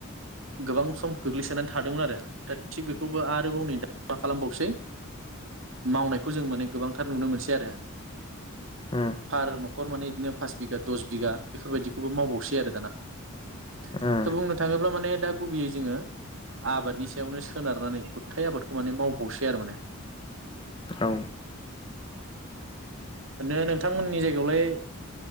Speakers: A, on the right; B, on the left.
A: गोबां सम गोग्लैसोनानै थादोंमोन आरो दा थिग बेखौबो आरोबाव नै दा मा खालामबावसै मावनायखौ जों माने गोबां टार नुनो मोनसै आरो
B: उम
A: हार न खर माने बिदिनो पास बिगा दस बिगा बेफोरबायदिखौबो मावबावसै आरो दाना ।
B: उम
A: दा बुंनो थाङोब्ला माने दा गुबैयै जोङो आबादनि सायावनो सोनारनानै गुथाय आबादखौ माने मावबावसै आरो माने ।
B: औ
A: ओरैनो नोंथांमोननि जायगायावलाय